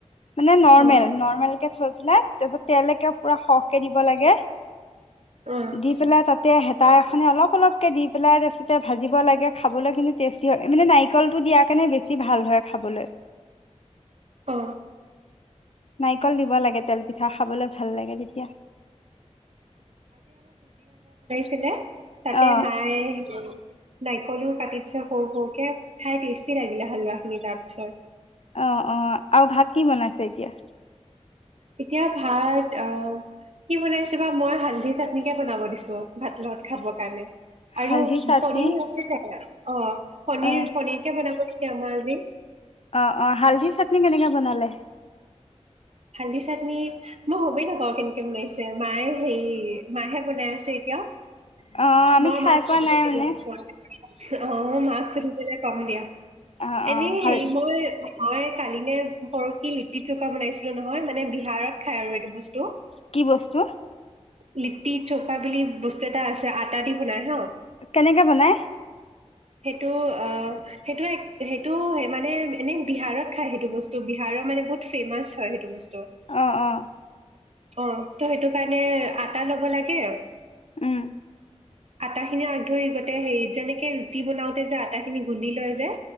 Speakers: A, on the left; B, on the right.
A: মানে নৰ্মেল
B: অ',
A: নৰ্মেল কে থৈ পেলাই তাৰপিছত তেলকে পুৰা সৰহকে দিব লাগে
B: অ',
A: দি পেলাই তাতে হেতা এখন অলপ অলপকে দি পেলাই তাৰপিছতে ভাজিব লাগে খাবলৈ কিন্তু টেষ্টি হয়। মানে নাৰিকলটো দিয়া কেনে বেছি ভাল হয় খাবলৈ।
B: অঁ।
A: নাৰিকল দিব লাগে তেল পিঠা খাবলৈ ভাল লাগে তেতিয়া।
B: ছিলে তাতে
A: অ
B: মায়ে। নাৰিকলও কাটিছে সৰু সৰুকে খাই টেষ্টি লাগিলে হালোৱা খিনি তাৰ পিছত।
A: অঁ অঁ। আৰু ভাত কি বনাইছে এতিয়া।
B: এতিয়া ভাত আহ। কি বনাইছে বা মই হাল। হালধি চাটনি কে বনাব দিছো ভাত লগত খাবৰ কাৰণে। আৰু
A: হালধি চাটনি
B: পনীৰ আছে। অঁ। পনীৰ,
A: অ
B: পনিৰ কে বনাব দিম। ক, আমাৰ আজি।
A: অঁ, অঁ। হালধি চাটনি কেনেকে বনালে।
B: হালধী চাটনী মই গমেই নাপাওঁ কেনেকে বনাইছে মায়ে হেই। মাইহে বনাই আছে এতিয়া।
A: অ', আমি
B: মই
A: খাই
B: মাক
A: পোৱা
B: খুধুতে
A: নাই মানে
B: গম পোৱা অ মাক সোধিম। কলে কম দিয়া।
A: অ',
B: এনে
A: অ', ভাল
B: হেৰি মই মই কালি নে পৰহি লিট্টি চৌখা বনাইছিলো নহয় মানে বিহাৰত খাই আৰু এইটো বস্তু।
A: কি বস্তু।
B: লিট্টি চৌকা বুলি বস্তু এটা আছে, আটা দি বনাই হা
A: কেনেকে বনাই?
B: সেইটো অ' সেইটো, সেইটো মানে এনে বিহাৰত খায় সেইটো বস্তু, বিহাৰৰ মানে বহুত ফেমাচ হয় সেইটো বস্তু।
A: অ', অ',
B: তো অঁ, তঃ হেতু কাৰণে আটা ল'ব লাগে
A: উম।
B: আটা খিনি আগ ধৰি গোটেই, হেৰিত যেনেকে ৰুটি বনাওতে যে আটা খিনি গুন্দি লয় যে।